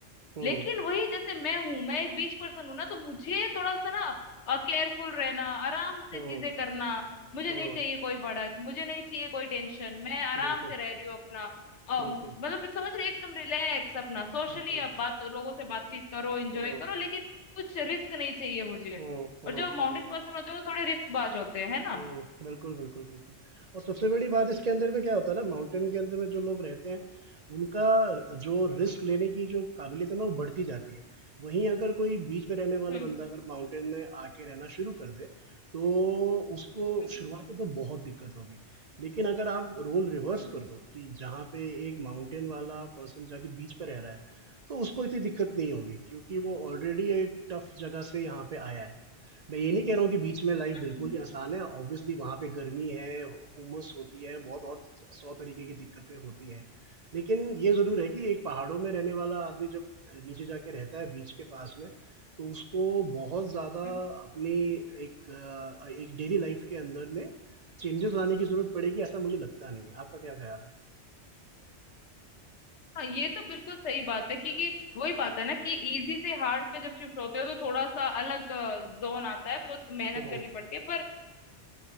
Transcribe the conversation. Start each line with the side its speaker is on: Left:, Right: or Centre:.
Right: हम्म
Left: लेकिन वही जैसे मैं हूं मैं एक बीच पर्सन हूं ना तो मुझे थोड़ा सा ना केयरफुल रहना आराम से
Right: हम्म
Left: चीजें करना मुझे
Right: हम्म
Left: नहीं चाहिए कोई भड़क मुझे नहीं चाहिए कोई टेंशन मैं आराम
Right: बिल्कुल
Left: से रह रही हूँ अपना अ,
Right: बिल्कुल
Left: मतलब समझ रही हो, एकदम रिलैक्स अपना सोशली
Right: बिल्कुल
Left: अब बात लोगों से बातचीत करो एंजॉय
Right: हम्म
Left: करो लेकिन कुछ रिस्क नहीं चाहिए मुझे
Right: हम्म हम्म
Left: और जो माउंटेन
Right: हम्म
Left: पर्सन होते हैं वो थोड़े रिस्क बाज होते हैं है ना
Right: हम्म बिल्कुल बिल्कुल बिल्कुल और सबसे बड़ी बात इसके अंदर में क्या होता है ना माउंटेन के अंदर में जो लोग रहते हैं उनका जो रिस्क लेने की जो काबिलियत है ना वो बढ़ती जाती है वहीं अगर कोई बीच में रहने वाला
Left: हम्म
Right: बंदा अगर माउंटेन में आके रहना शुरू कर दे तो उसको
Left: हम्म
Right: शुरुआत में तो बहुत दिक्कत होगी लेकिन अगर आप रोल रिवर्स
Left: हम्म
Right: कर दो कि जहाँ पे एक माउंटेन वाला पर्सन जाके बीच पे रह रहा है तो उसको इतनी दिक्कत नहीं होगी क्योंकि वो ऑलरेडी एक टफ जगह से यहाँ पे आया है मैं ये नहीं कह रहा हूँ कि बीच में लाइफ
Left: हम्म
Right: बिल्कुल ही आसान है ऑब्वियसली वहाँ पे गर्मी है हुमस होती है बहुत और सौ तरीके की दिक्कतें होती हैं लेकिन ये जरूर है कि एक पहाड़ों में रहने वाला आदमी जब नीचे जाके रहता है बीच के पास में तो उसको बहुत ज्यादा
Left: हम्म,
Right: अपनी एक अ, एक डेली लाइफ के अंदर में चेंजेस लाने की जरूरत पड़ेगी ऐसा मुझे लगता नहीं है आपका क्या ख्याल है
Left: हाँ ये तो बिल्कुल सही बात है क्योंकि वही बात है ना कि इजी से हार्ड पे जब शिफ्ट होते हो तो थोड़ा सा अलग जोन आता है बहुत मेहनत
Right: हम्म
Left: करनी पड़ती है पर